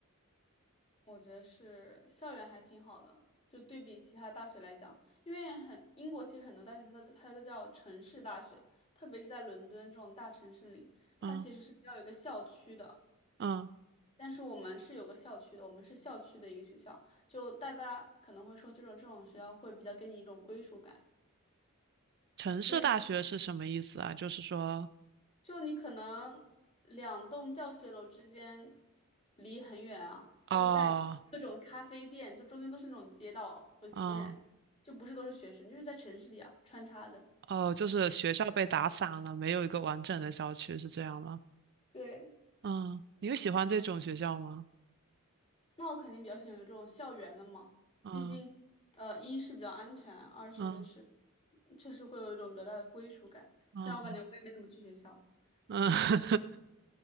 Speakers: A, on the left; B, on the right.
A: 我觉得是校园还挺好的，就对比其他大学来讲，因为很英国其实很多大学它都它都叫城市大学，特别是在伦敦这种大城市里，它其实是要有一个校区的。
B: 嗯嗯，
A: 但是我们是有个校区的，我们是校区的一个学校，就大家可能会说，这种这种学校会比较给你一种归属感。
B: 城市大学是什么意思啊？
A: 就。
B: 就是说，
A: 就你可能两栋教学楼之间离很远啊，
B: 哦，
A: 就是在各种咖啡店，就中间都是那种街道，有行人，
B: 嗯
A: 就不是都是学生，就是在城市里啊穿插着。
B: 哦，就是学校被打散了，没有一个完整的校区，是这样吗？
A: 对，
B: 嗯，你有喜欢这种学校吗？
A: 那我肯定比较喜欢这种校园的嘛，
B: 嗯
A: 毕竟，呃，一是比较安全，二是就是
B: 嗯
A: 确实会有一种比较大的归属感。
B: 嗯
A: 虽然我感觉我也没怎么去学校，
B: 嗯，
A: 最近
B: <laughs>